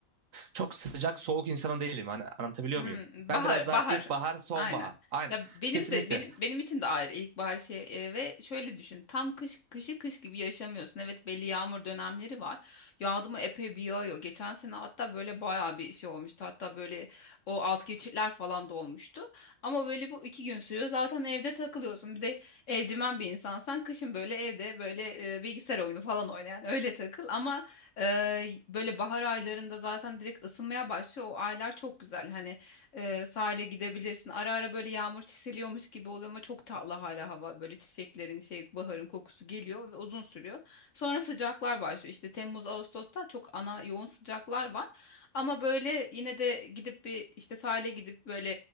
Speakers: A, on the right; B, on the left.
A: çok sıcak soğuk insanı değilim. Hani anlatabiliyor
B: Hmm,
A: muyum? Ben
B: bahar
A: biraz daha
B: bahar.
A: ilkbahar, sonbahar.
B: Aynen.
A: Aynen.
B: Ya benim
A: Kesinlikle.
B: de benim benim için de ayrı ilkbahar şey e, ve şöyle düşün. Tam kış kışı kış gibi yaşamıyorsun. Evet belli yağmur dönemleri var. Yağdı mı epey bir yağıyor. Geçen sene hatta böyle bayağı bir şey olmuştu. Hatta böyle o alt geçitler falan da olmuştu. Ama böyle bu iki gün sürüyor. Zaten evde takılıyorsun. Bir de evcimen bir insansan kışın böyle evde böyle e, bilgisayar oyunu falan oynayan öyle takıl. Ama e, böyle bahar aylarında zaten direkt ısınmaya başlıyor. O aylar çok güzel. Hani e, sahile gidebilirsin. Ara ara böyle yağmur çiseliyormuş gibi oluyor ama çok tatlı hala hava. Böyle çiçeklerin şey baharın kokusu geliyor ve uzun sürüyor. Sonra sıcaklar başlıyor. İşte Temmuz, Ağustos'ta çok ana yoğun sıcaklar var. Ama böyle yine de gidip bir işte sahile gidip böyle